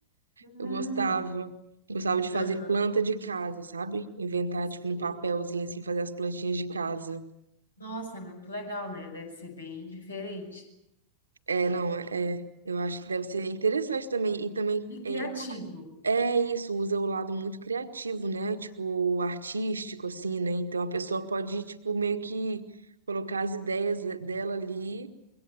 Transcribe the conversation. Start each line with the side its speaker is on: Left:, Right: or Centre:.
Left: Hum,
Right: Eu gostava. Gostava de
Left: aham,
Right: fazer planta de casa, sabe? Inventar,
Left: sim.
Right: tipo, um papelzinho assim, fazer as plantinhas de casa.
Left: Nossa, muito legal, né? Deve ser bem diferente
Right: É, não, é. Eu acho que deve ser interessante também. E também
Left: e criativo.
Right: é, é isso, usa o lado muito criativo, né?
Left: Uhum.
Right: Tipo, artístico, assim, né? Então a pessoa pode, tipo, meio que colocar as ideias dela ali